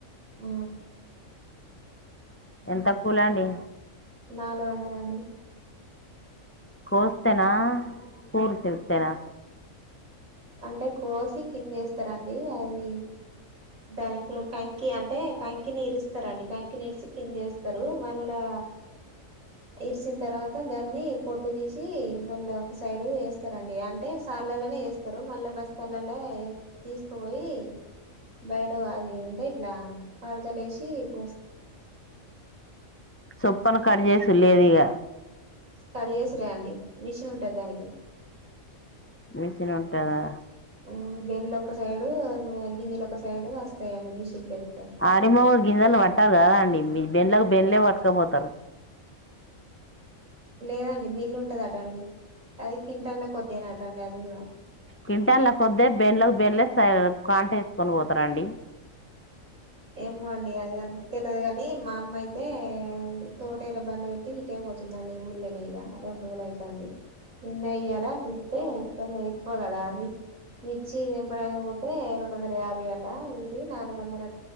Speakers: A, on the right; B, on the left.
A: ఊ
B: ఎంత కూలండి
A: నాలుగు వందలండి
B: కోస్తేనా కూర్ తెరిత్తేనా
A: అంటే కోసి కిందేస్తరండి అవి దానికి కంకి అంటే కంకి నీరుస్తారండి కంకి నీరిసి కిందేస్ తరు మళ్ళా ఇరిసిన తర్వాత దాన్ని కొట్టు తీసి మళ్ళా ఒక సైడ్ వేస్తారండి అంటే సార్లలోనే వేస్తారు మళ్ళా బస్తాలలో తీసుకో భయి బయట వాది అంతా ఇట్లా పరదలేసి తీ
B: సొప్పను కట్ చేేసుడు లేదు ఇగ
A: సరియేసురే అండి మిషన్ ఉంటాది దానికి
B: మిషన్ ఉంటదా
A: ఊ బెన్లొక సైడు గింజలొక సైడు వేస్ తయని మిషిన్ లేప్
B: ఆడిమవల్ గింజెలు పట్టరు కదా అండి మీ బెండ్లకు బెండ్లే పట్టుకపోతరు
A: లేదండి మిల్లు ఉంటది అట అండి అది కింటల కొద్దేనట అండి అది కూడా
B: కింటల్ల కొద్దే బెన్లకు బెన్లే సా కాంట వేసుకొని పోతారంండి
A: ఏమో అండి అది అంత తెలీదు కాని మా అమ్మ అయితే తో పేరు ఇబ్బంది పెట్టి ఇటే పోతుందండి ఊర్ళనే ఇగ రెండ్ రోజులు అయితాంది అయ్యాల పితే ఇన్నా ఎక్కువ కదా మిర్చి దంపడానికి పోతే రెండు వందల యాభై అట ఇది నాలుగు వందల